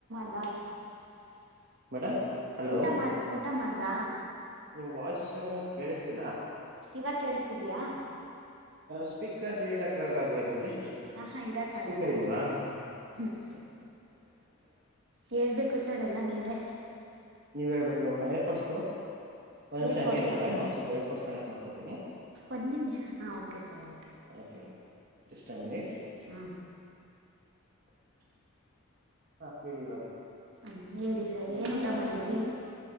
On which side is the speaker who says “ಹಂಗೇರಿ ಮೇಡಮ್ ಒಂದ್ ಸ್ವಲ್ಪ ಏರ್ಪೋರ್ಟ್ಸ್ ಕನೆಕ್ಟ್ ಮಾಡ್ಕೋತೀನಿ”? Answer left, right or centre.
Right